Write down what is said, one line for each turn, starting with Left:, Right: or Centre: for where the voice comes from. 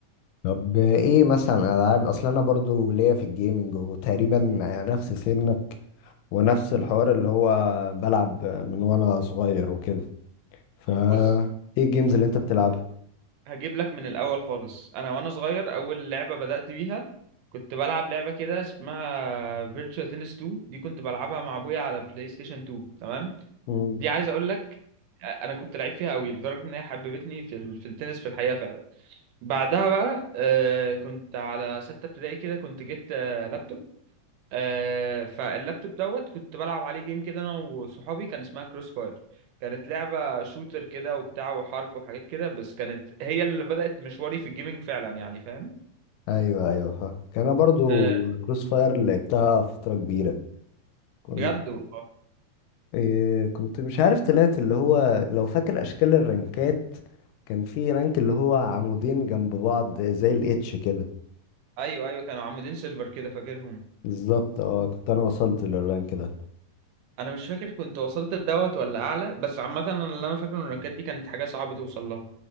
Left: طب ايه مثلا العاب اصل انا برضو ليا في الجيمنج وتقريبا نفس سنك ونفس الحوار اللي هو بلعب من وانا صغير وكده فا
Right: بص
Left: ايه الجيمز اللي انت بتلعبها
Right: هجيب لك من الاول خالص انا وانا صغير اول لعبه بدات بيها كنت بلعب لعبه كده اسمها فيرتشوال تنس 2 دي كنت بلعبها مع ابويا على بلاي ستيشن 2 تمام
Left: مم.
Right: دي عايز اقول لك انا كنت لعيب فيها قوي لدرجه ان هي حببتني في ال... في التنس في الحقيقه فعلا بعدها بقى آه، كنت على سته ابتدائي كده كنت جبت آه، لابتوب آه، فاللابتوب دوت كنت بلعب عليه جيم كده انا وصحابي كان اسمها كروس فاير كانت لعبة شوتر كده وبتاع وحرب وحاجات كده بس كانت هي اللي بدأت مشواري في الجيمنج فعلا يعني فاهم
Left: ايوه ايوه فاهم كان انا برضو
Right: آه،
Left: كروس فاير لعبتها فترة كبيرة كنت
Right: بجد والله
Left: إيه كنت مش عارف طلعت اللي هو لو فاكر اشكال الرنكات كان في رنك اللي هو عمودين جنب بعض زي الاتش كده
Right: ايوه ايوه كانوا عاملين سيلفر كده فاكرهم
Left: بالظبط اه كنت انا وصلت للرانك ده
Right: انا مش فاكر كنت وصلت لدوت ولا اعلى بس عامه انا اللي انا فاكره ان الرانكات دي كانت حاجه صعبه توصل لها